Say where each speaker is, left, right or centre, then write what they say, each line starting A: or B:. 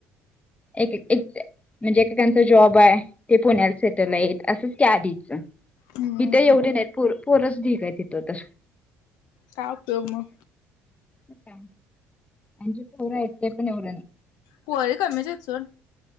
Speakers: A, on the left; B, on the left.
A: एक एक म्हणजे एकएकांचा जॉब आहे. ते पुण्यात सेटल आहेते असंच त्या आधीच
B: हम्म
A: इथे एवढ य पो पोरच बिग आहे इथं तर
B: काय उपयोग मग.
A: का अज परा येत पण नव
B: पोर कमीच आहे सोड.